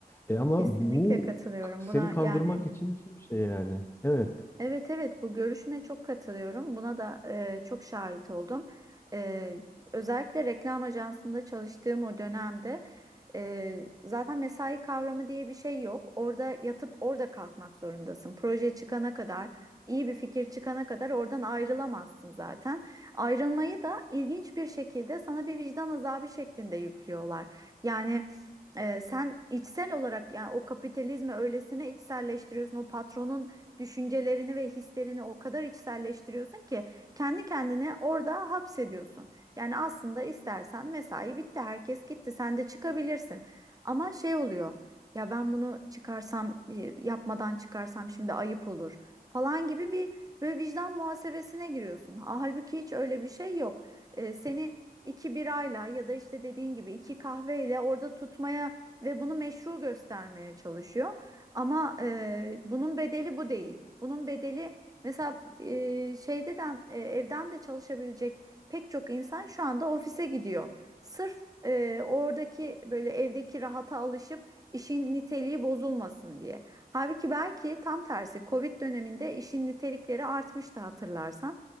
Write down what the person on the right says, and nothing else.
Kesinlikle
katılıyorum
buna
yani.
Evet evet bu görüşüne çok katılıyorum. Buna da e, çok şahit oldum. E, özellikle reklam ajansında çalıştığım o dönemde e, zaten mesai kavramı diye bir şey yok. Orada yatıp orada kalkmak zorundasın. Proje çıkana kadar, iyi bir fikir çıkana kadar oradan ayrılamazsın zaten. Ayrılmayı da ilginç bir şekilde sana bir vicdan azabı şeklinde yüklüyorlar. Yani e, sen içsel olarak yani o kapitalizmi öylesine içselleştiriyorsun, o patronun düşüncelerini ve hislerini o kadar içselleştiriyorsun ki kendi kendine orada hapsediyorsun. Yani aslında istersen mesai bitti, herkes gitti, sen de çıkabilirsin. Ama şey oluyor. Ya ben bunu çıkarsam, e, yapmadan çıkarsam şimdi ayıp olur falan gibi bir böyle vicdan muhasebesine giriyorsun. Halbuki hiç öyle bir şey yok. E, seni iki birayla ya da işte dediğin gibi iki kahveyle orada tutmaya ve bunu meşru göstermeye çalışıyor. Ama e, bunun bedeli bu değil. Bunun bedeli mesela e, şeyden e, evden de çalışabilecek pek çok insan şu anda ofise gidiyor. Sırf e, oradaki böyle evdeki rahata alışıp işin niteliği bozulmasın diye. Halbuki belki tam tersi Covid döneminde işin nitelikleri artmıştı hatırlarsan.